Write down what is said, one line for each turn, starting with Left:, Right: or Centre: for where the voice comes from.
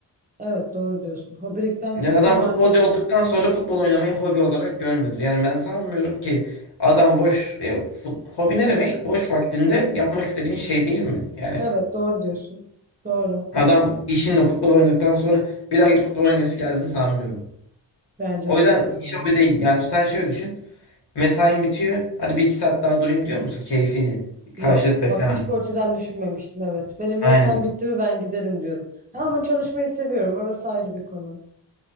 Right: Evet doğru diyorsun. Hobilikten
Left: Yani
Right: çıktım
Left: adam futbolcu
Right: artık.
Left: olduktan sonra futbol oynamayı hobi olarak görmüyordur. Yani ben sanmıyorum ki adam boş e, fut- hobi ne demek? Boş vaktinde yapmak istediğin şey değil mi? Yani
Right: Evet doğru diyorsun. Doğru.
Left: adam işinle futbol oynadıktan sonra bir daha gidip futbol oynayası geldiğini sanmıyorum.
Right: Bence
Left: O
Right: de
Left: yüzden
Right: bu arada
Left: hiç
Right: ya.
Left: hobi değil. Yani sen şöyle düşün. Mesain bitiyor. Hadi bir iki saat daha durayım diyor musun? Keyfi karşılık
Right: Yok.
Left: beklemeden.
Right: Bak hiç bu açıdan düşünmemiştim. Evet. Benim mesaim
Left: Aynen.
Right: bitti mi ben giderim diyorum. Ha, ama çalışmayı seviyorum. Orası ayrı bir konu.